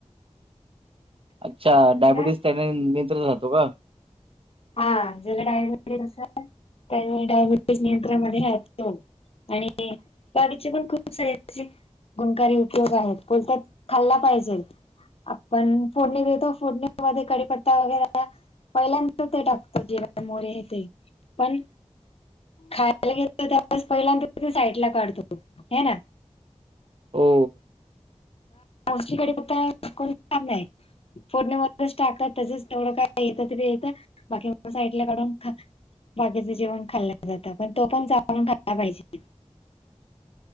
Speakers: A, on the right; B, on the left.
A: अच्छा
B: म्हटलं
A: डायबिटीस त्याने नियंत्र राहातो का.
B: हा ज डायबिटीस असेल त्या डायबिटीस नियंत्रण म राो <inaudible> आणि बागचे पण खूप सारे अस. गुणकारी उपयोग आहेत बोलत खाल्ला पाहिजे आपण फोडणी देतो. फोडण्यामध्ये कडीपत्ता वगैरे. पहिल्यांतर ते टाकत जेव्हा मोरे आहे ते पण. खायला घेतो त्यास पहिल्यांद साईड ला काढतो हे ना.
A: हो
B: मासकडे आता कोण च आहे <inaudible> फोडण्यामध्येच टाकतात त्याच तेवढं का येत तरी येतं बाकी साईडला काढून खा बाकीचं जेवण खाल्लं जातं पण तो पण जानू खायला पाहिजे.